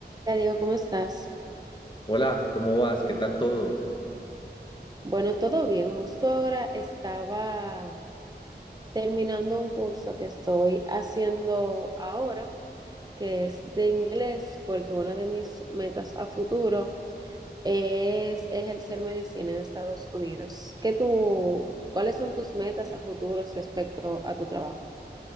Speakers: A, on the right; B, on the left.
A: Hola Diego, ¿cómo estás?
B: Hola, ¿cómo vas? ¿Qué tal todo?
A: Bueno, todo bien. Justo ahora estaba terminando un curso que estoy haciendo ahora, que es de inglés, porque una de mis metas a futuro es ejercer medicina en Estados Unidos. ¿Qué tú, cuáles son tus metas a futuros respecto a tu trabajo?